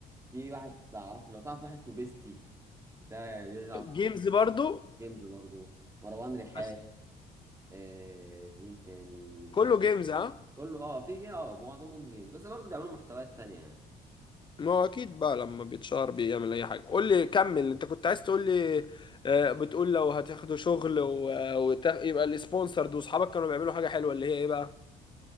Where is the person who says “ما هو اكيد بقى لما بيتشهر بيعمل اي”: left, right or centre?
Left